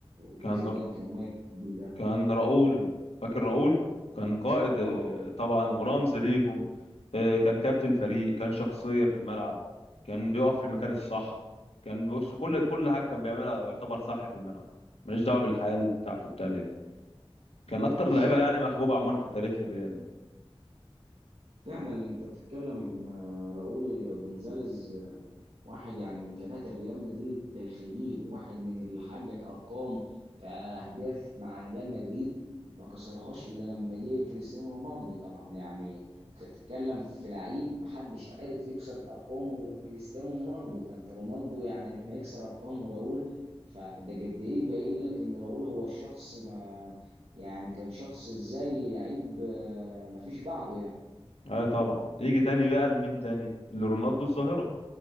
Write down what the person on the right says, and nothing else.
غير
زيدان كان مميز في الجيل ده
طبعا
بالظبط
فعلا انت بتتكلم آه، راؤول جونزاليز واحد يعني من كباتن ريال مدريد التاريخيين واحد من اللي حقق ارقام كاهداف مع ريال مدريد ما كسرهاش الا لما جه كريستيانو رونالدو طبعا يعني انت بتتكلم في لعيب محدش عارف يكسر ارقامه غير كريستيانو رونالدو فانت رونالدو يعني لما يكسر ارقامه راؤول فده قد ايه باين لك ان راؤول هو شخص ما يعني كان شخص ازاي لعيب آه، ما فيش بعده يعني